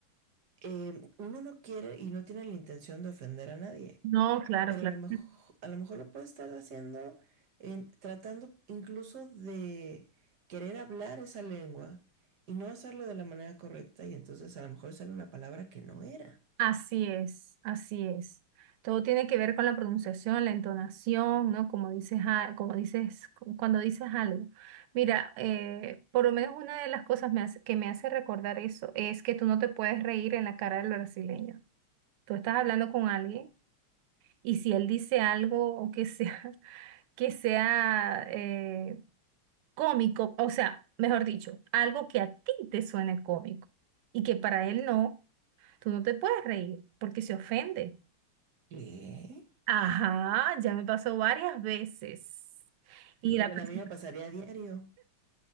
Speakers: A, on the right (about 55°); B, on the right (about 85°).
A: eh, uno no quiere y no tiene la intención de ofender a nadie.
B: No, claro,
A: pero
B: claro.
A: a lo mejor, a lo mejor lo puede estar haciendo en, tratando incluso de querer hablar esa lengua y no hacerlo de la manera correcta y entonces a lo mejor sale una palabra que no era.
B: Así es, así es. Todo tiene que ver con la pronunciación, la entonación, ¿no? Como dices, a- como dices, cu- cuando dices algo. Mira, eh, por lo menos una de las cosas me hace- que me hace recordar eso es que tú no te puedes reír en la cara del brasileño. Tú estás hablando con alguien y si él dice algo o que sea, <laughs> que sea eh, cómico, o sea, mejor dicho, algo que a ti te suene cómico y que para él no, tú no te puedes reír porque se ofende.
A: ¿Qué?
B: Ajá, ya me pasó varias veces. Y
A: No,
B: la
A: bueno,
B: pers-
A: a mí me pasaría a diario.